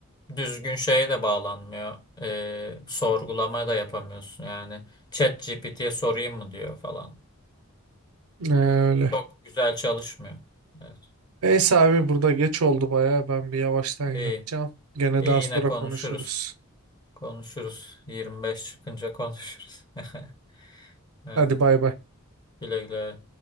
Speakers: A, on the left; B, on the right.
A: Düzgün şeye de bağlanmıyor e, sorgulama da yapamıyorsun yani ChatGPT'ye sorayım mı diyor falan.
B: E, öyle.
A: Çok güzel çalışmıyor. Evet.
B: Neyse abi burada geç oldu baya ben bir yavaştan yatacağım.
A: İyi.
B: Gene
A: İyi
B: daha
A: yine
B: sonra
A: konuşuruz.
B: konuşuruz.
A: Konuşuruz. 25 çıkınca konuşuruz. <laughs> Haydi
B: Hadi bay bay.
A: güle güle.